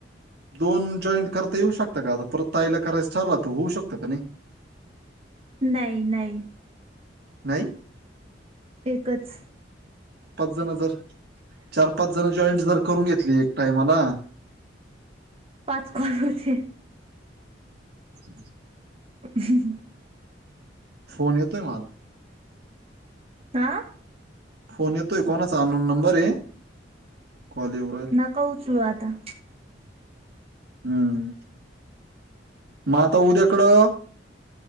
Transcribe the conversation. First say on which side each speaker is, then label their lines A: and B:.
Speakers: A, on the right (about 60°); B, on the right (about 35°).
A: दोन जॉईंट करता येऊ शकता का, आता परत ताईला करायच ठरला तो होऊ शकतो कणी. <inaudible>
B: नाही नाही. ‌
A: नाही.
B: एकच.
A: पाच जण जर चार पाच जण, जॉईंट जर करून घेतली एक टाइमला.
B: पाच कोण होते.
A: <inaudible>
B: <unintelligible>
A: फोन येतोय मला.
B: आ.
A: फोन येतो कोणाच, अनोन नंबर ये कॉल येव
B: नको उचलू आता.
A: हम. मग आता उद्याकडं.